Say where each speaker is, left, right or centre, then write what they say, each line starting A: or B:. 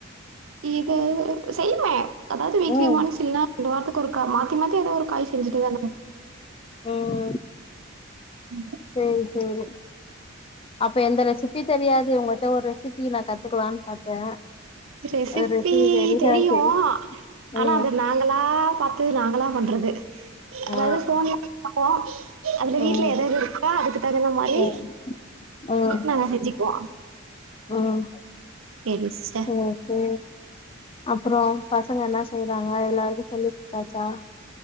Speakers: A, on the right; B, on the left.
A: இது செய்வே அதாவது வீக்லி
B: ம்
A: ஒன்ஸ் இல்னா ரெண்டு வாரத்துக்கு ஒருக்கா மாத்தி மாத்தி எதாவொரு காய் செஞ்சிட்டேதானா
B: ம்
A: ம்
B: சேரி சேரி அப்ப எந்த ரெசிபி தெரியாது உங்கட்ட ஒரு ரெசிபி நா கத்துக்லான் பாத்தே
A: ரெசிபி
B: ஒரு தெரியாது
A: தெரியு ஆனா
B: ம்
A: அத நா நாங்களா பாத்து நாங்களா பண்றது அதாவது
B: ஆ
A: ஃபோன்ல பாப்போ அதுல வீட்ல
B: ம்
A: எது எது இருக்கோ அதுக்கு தகுந்த மாரி
B: ம் ம்
A: நாங்க செஞ்சிக்வோ
B: ம்
A: செரி சிஸ்டர்
B: ம் சே அப்றோ பசங்க என்னா செய்றாங்க எல்லாருக்கு சொல்லி ட்டாச்சா